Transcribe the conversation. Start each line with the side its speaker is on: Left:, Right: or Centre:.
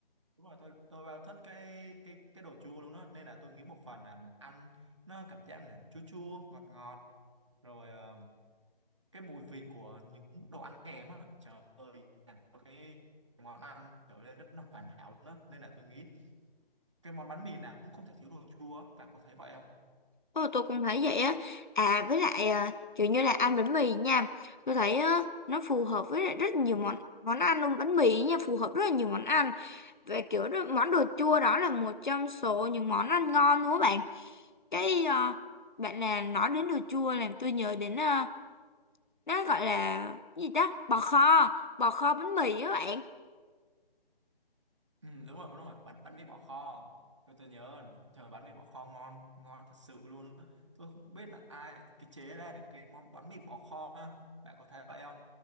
Right: đúng rồi tôi tôi vào thích cái cái cái đồ chua luôn đó nên là tôi nghĩ một phần là mình ăn nó cảm giác là chua chua ngọt ngọt rồi ờ, cái mùi vị của những đồ ăn kèm á trời ơi làm cho cái món ăn trở nên rất là hoàn hảo luôn đó nên là tôi nghĩ cái món bánh mì nào cũng không thể thiếu đồ chua á. bạn có thấy vậy không
Left: Ồ tôi cũng thấy vậy á. À với lại ờ, kiểu như là ăn bánh mì nha. Tôi thấy ờ, nó phù hợp với lại rất nhiều món món ăn luôn bánh mì nha phù hợp rất là nhiều món ăn Về kiểu đó, món đồ chua đó là một trong số những món ăn ngon đúng không bạn? Cái ờ, bạn là nói đến đồ chua làm tôi nhớ đến ờ, nó gọi là cái gì ta? Bò kho, bò kho bánh mì á bạn.
Right: ừ, đúng rồi đúng rồi bánh bánh mì bỏ kho tôi tôi nhớ trời bánh mì bỏ kho ngon ngon thật sự luôn á. tôi không biết là ai cái chế ra được cái món bánh mì bỏ kho á. bạn có thấy vậy không